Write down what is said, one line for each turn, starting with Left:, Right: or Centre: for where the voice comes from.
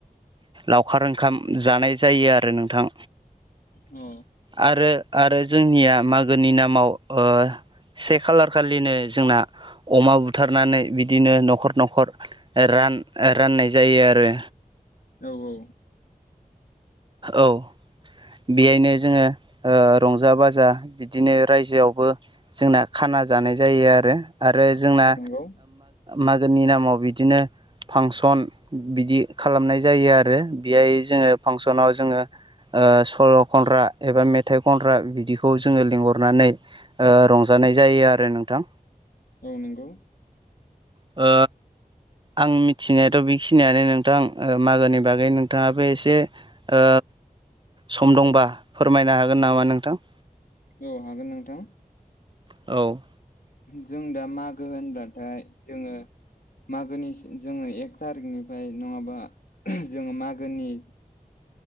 Right: लावखार ओंखाम जानाय जायो आरो नोंथां।
Left: अ
Right: आरो आरो जोंनिया मागोनि नामाव ओ से खालार खालिनो जोंना अमा बुथारनानै बि ओ बिदिनो नखर नखर रान राननाय जायो आरो
Left: औ औ।
Right: औ बेयायनो जोङो रंजा बाजा बिदिनो रायजोआवबो ओ जोंना खाना जानाय जायो आरो आरो जोंना
Left: नंगौ
Right: मागो गोनि नामाव बिदिनो फांसन बिदि खालामनाय जायो आरो बेहाय जोङो फांसनाव जोङो ओ ओ सल' खनग्रा एबा मेथाइ खनग्रा बिदिखौ जोङो लिंहरनानै ओ रंजानाय जायो आरो नोंथां।
Left: औ नंगौ
Right: ओ आं मिथिनायाथ' बेखिनियानो नोंथां ओ मागोनि बागै नोंथाङाबो एसेओ ओ सम दंबा फोरमायनो हागोन नामा नोंथां?
Left: औ हागोन नोंथां।
Right: औ
Left: जों दा मागो होनब्लाथाय जोङो ओ मागोनि जोङो एक थारिकनिफ्राय <unintelligible> नङाबा जोङो मागोनि